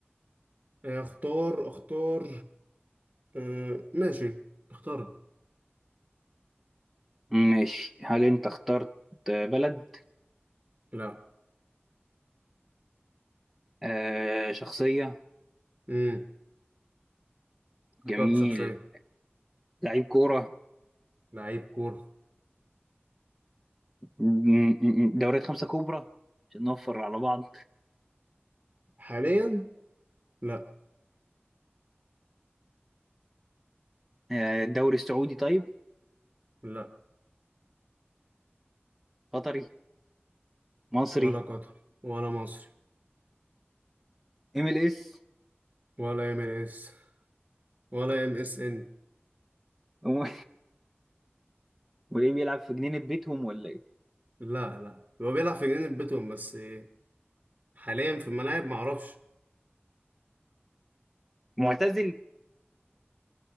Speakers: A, on the right; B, in the centre.
A: اختار اختار اه ماشي اختار
B: ماشي هل انت اخترت بلد
A: لا
B: آه... شخصية
A: امم اخترت
B: جميل
A: شخصية
B: لعيب كورة
A: لعيب كورة
B: م- م- دوريات خمسة كبرى عشان نوفر على بعض
A: حاليا لا
B: آه... الدوري السعودي طيب
A: لا
B: قطري مصري
A: ولا قطر ولا مصري
B: ام ال اس <laughs>
A: ولا ام اس ولا ام اس ان
B: هو- وايه بيلعب في جنينة بيتهم ولا ايه
A: لا لا هو بيلعب في جنينة بيتهم بس إيه؟ حاليا في الملاعب معرفش
B: معتزل